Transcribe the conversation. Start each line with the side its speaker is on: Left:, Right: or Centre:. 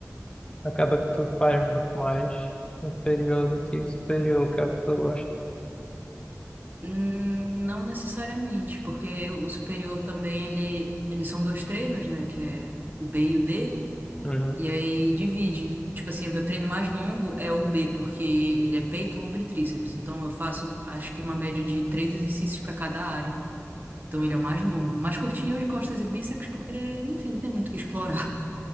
Left: Acaba que tu faz mais inferior do que superior, que é o que tu gosta.
Right: Hum, Não necessariamente, porque o superior também, ele, eles são dois treinos, né, que é o B e o D,
Left: Uhum.
Right: E aí divide. Tipo assim, o meu treino mais longo é o B, porque ele é peito, ombro e tríceps. Então eu faço, acho que uma média de três exercícios para cada área. Então ele é o mais longo. O mais curtinho é o de costas e bíceps, porque, enfim, tem muito o que explorar.